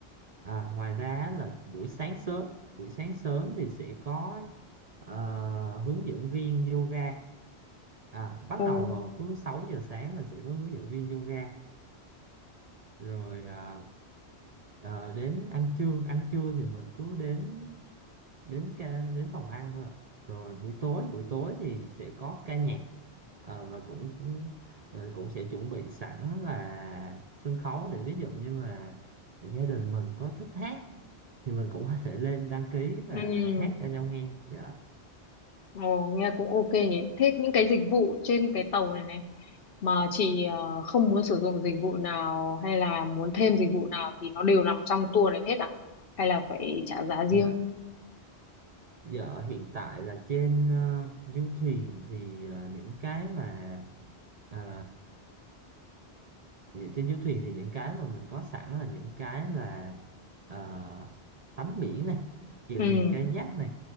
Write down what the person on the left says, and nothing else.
ồ,
ừ,
ồ, nghe cũng ok nhỉ. Thế những cái dịch vụ trên cái tàu này này mà chị ờ, không muốn sử dụng dịch vụ nào hay là muốn thêm dịch vụ nào thì nó đều nằm trong tour này hết à hay là phải trả giá riêng
ừ